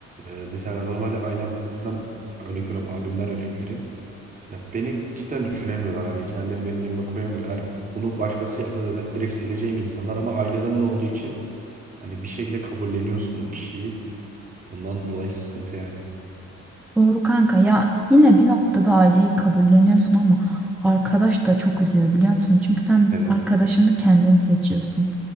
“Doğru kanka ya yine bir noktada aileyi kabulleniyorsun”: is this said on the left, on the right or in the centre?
Centre